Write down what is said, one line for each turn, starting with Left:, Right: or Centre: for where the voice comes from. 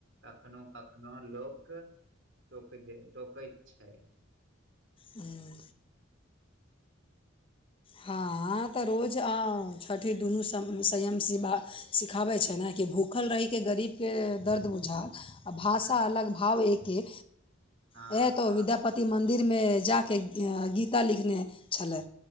Right: कखनो कखनो लोक कह टोकय टोकैत छै
Left: हुं हँ तऽ रोज छठि दुनू संयम सिवा सिखाबै छै ने कि भूख भूखल रहिके गरीबके दर्द बुझाक आ भाषा
Right: हँ
Left: अलग भाव एकके
Right: हँ
Left: हे तो
Right: हँ
Left: विद्यापति मन्दिरमे जा कऽ गीता लिखने छलए